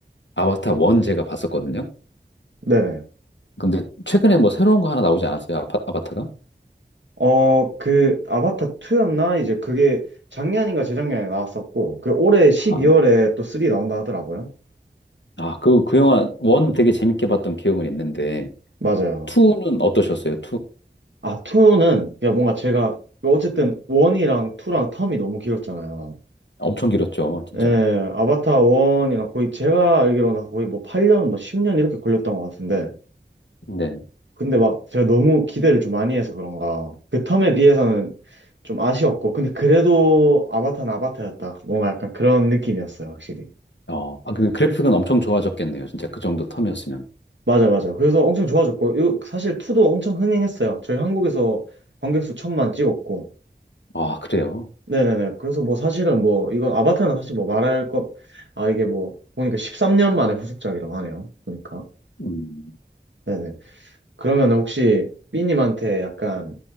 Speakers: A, on the left; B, on the right.
A: 아바타 1 제가 봤었거든요.
B: 네네.
A: 근데 최근에 뭐 새로운 거 하나 나오지 않았어요? 아바, 아바타가?
B: 어, 그 아바타 2였나? 이제 그게 작년인가 재작년에 나왔었고, 그 올해 12월에
A: 아,
B: 또 3 나온다 하더라고요.
A: 아, 그, 그 영화 1 되게 재밌게 봤던 기억은 있는데
B: 맞아요.
A: 2는 어떠셨어요? 2
B: 아, 2는 그냥 뭔가 제가 어쨌든 1이랑 2랑 텀이 너무 길었잖아요.
A: 엄청 길었죠, 진짜.
B: 예, 아바타 1이랑 거의 제가 알기로는 거의 뭐 8년, 뭐 10년 이렇게 걸렸던 것 같은데,
A: 네.
B: 근데 막 제가 너무 기대를 좀 많이 해서 그런가. 그 텀에 비해서는 좀 아쉬웠고. 근데 그래도 아바타는 아바타였다. 뭔가 약간 그런 느낌이었어요, 확실히.
A: 어, 아, 그 그래픽은 엄청 좋아졌겠네요. 진짜 그 정도 텀이었으면.
B: 맞아, 맞아. 그래서 엄청 좋아졌고. 이거 사실 2도 엄청 흥행했어요. 저희 한국에서 관객수 천만 찍었고.
A: 아, 그래요?
B: 네네네. 그래서 뭐 사실은 뭐, 이건 아바타는 사실 뭐 말할 것, 아, 이게 뭐, 보니까 13년 만에 후속작이라고 하네요. 보니까.
A: 음.
B: 네네. 그러면 혹시 삐님한테 약간